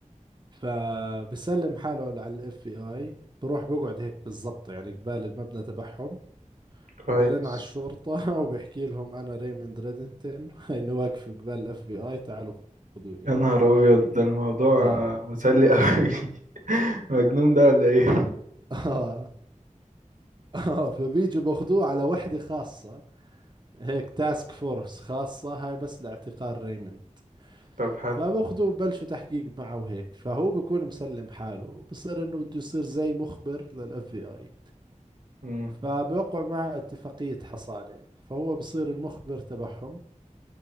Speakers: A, on the right; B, on the right.
A: فبسلم حاله على الاف بي اي بروح بقعد هيك بالضبط يعني قبال المبنى تبعهم
B: كويس
A: وبرن على الشرطة <laughs> وبحكي لهم أنا ريموند ريدنتن <laughs> إني واقف قبال الاف بي اي تعالوا خذوني
B: يا نهار أبيض ده الموضوع
A: آه
B: مسلي أوي <laughs> مجنون ده ولا إيه؟
A: آه آه فبيجوا باخذوه على وحدة خاصة هيك تاسك فورس خاصة هاي بس لاعتقال ريموند
B: طب حلو
A: فباخذوا ببلشوا تحقيق معه وهيك فهو بيكون مسلم حاله بصير انه بده يصير زي مخبر للاف بي اي
B: مم.
A: فبوقعوا مع اتفاقية حصانة فهو بصير المخبر تبعهم